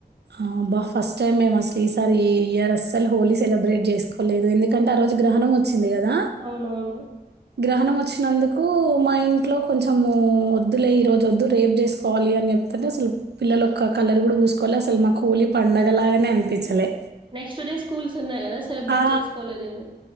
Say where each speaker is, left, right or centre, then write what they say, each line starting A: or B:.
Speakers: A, on the right (about 75°); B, on the right (about 30°).
A: ఆ బా ఫస్ట్ టైమ్ మేము అసలు ఈసారి ఈ ఇయర్ అస్సలు హోలీ సెలబ్రేట్ చేసుకోలేదు ఎందుకంటే ఆ రోజు ఆ రోజు గ్రహణం వచ్చింది కదా
B: అవునవును
A: గ్రహణం వచ్చినందుకు మా ఇంట్లో కొంచెం వద్దులే ఈరోజొద్దు రేపు చేసుకోవాలి అని చెప్ అంటే అసలు పిల్లలుక్క కలర్ గుడ పూసుకోల అసలు మాకు హోళీ పండగలాగనే అనిపిచ్చలే
B: నెక్స్ట్ డే స్కూల్స్ ఉన్నాయి గదా! సెలబ్రేట్
A: ఆ
B: చేసుకోలేదేమో.